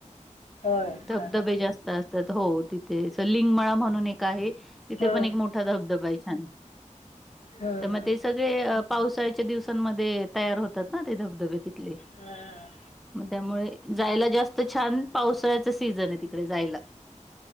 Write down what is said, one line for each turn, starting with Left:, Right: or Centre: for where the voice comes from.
Left: होय
Centre: धबधबे
Left: हा हा.
Centre: जास्त असतात हो तिथे स लिंगमळा म्हणून एक आहे तिथे
Left: हम्म
Centre: पण एक मोठा धबधबा आहे छान
Left: हम्म
Centre: तर मग ते सगळे पावसाळच्या दिवसांमध्ये तयार होतात ना ते धबधबे तिथले
Left: हा.
Centre: मग त्यामुळे जायला जास्त छान पावसाळ्याच सीझन आहे तिकडे जायला